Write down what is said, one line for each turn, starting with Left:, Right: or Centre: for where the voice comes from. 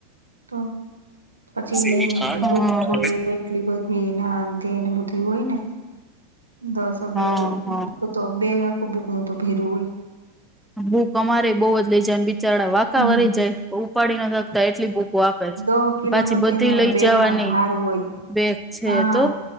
Right: તો પછી
Centre: સ્ટે બીટ
Right: એની
Centre: હાર્ટ
Right: બુક જોઈએ એટલી બધી નાને બધી હોય ને દસ અગિયાર
Centre: હા હા
Right: તો બેગ આખું બૂક નું તો ભેરવું હોય
Centre: ભૂક અમારે બહવ જ લઇ જાય બિચારડા વાકા
Right: હોય
Centre: વરી જાય ઉપાડી ના શકતા એટલી ભૂક વાપે છે
Right: સ કિલો
Centre: પાછી
Right: નો
Centre: બધી
Right: તોનો
Centre: લઈ
Right: બેગમાં
Centre: જવાની
Right: ભાર હોય
Centre: બેગ છે
Right: હા
Centre: તો